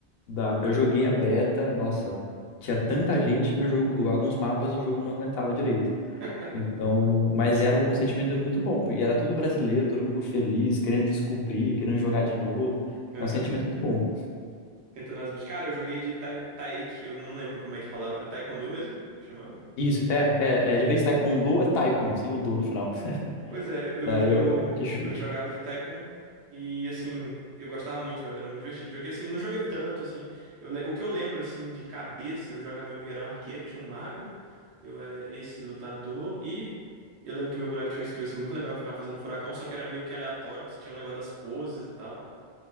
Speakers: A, on the left; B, on the right.
A: Dá. Eu joguei a beta, nossa, tinha tanta gente que o jogo, alguns mapas o jogo não aguentava direito.
B: <laughs>
A: Então, mas era um sentimento muito bom. E era tudo brasileiro, todo mundo feliz, querendo descobrir, querendo jogar de novo.
B: Aham.
A: É um sentimento muito bom.
B: Tentando as... Cara, eu joguei de tai... Taek, eu não lembro como é que falava, era Taekwondo mesmo? que chamava?
A: Isso, é, é, é. De vez em taekwondo é taikon, sem o do no final. <laughs>
B: Pois é, eu,
A: Daí
B: eu,
A: eu, eu, que chute.
B: eu jogava de Tycoon e, assim, eu gostava muito, velho, era muito divertido. Joguei, assim, não joguei tanto, assim, eu, le- o que eu lembro, assim, de cabeça, eu jogava, meu amigo era um arqueiro, tinha um mago, eu era esse lutador e eu lembro que meu boneco tinha um skill, assim, muito legal que ficava fazendo furacão, só que era meio que aleatório, que tinha um negócio das poses e tal.